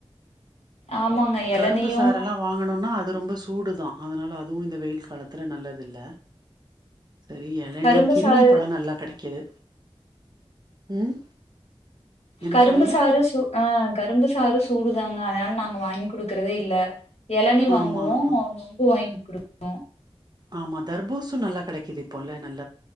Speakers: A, on the left; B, on the right.
A: ஆமாங்க. எளநீயும்
B: கரும்பு சாரெல்லா வாங்கணுன்னா அது ரொம்ப சூடுதா அதனால அதுவு இந்த வெயில் காலத்துல நல்லதில்ல சரி எளநி
A: கரும்பு
B: கிருணி
A: சாறு
B: பழ நல்லா கெடை கிது ம் என்ன
A: கரும்பு
B: சொன்னீங்க
A: சாறு சு ஆ கரும்பு சாறு சூடுதா த்னாலதா நாங்க வாங்கி குடுக்கறதே இல்ல இளநி வாங்குவோ
B: ஆமா அ
A: ஒ நொங்கு வாங் குடுப்போ
B: ஆமா தர்பூஸு நல்லா கெடைக்குது இப் கொள்ள நல்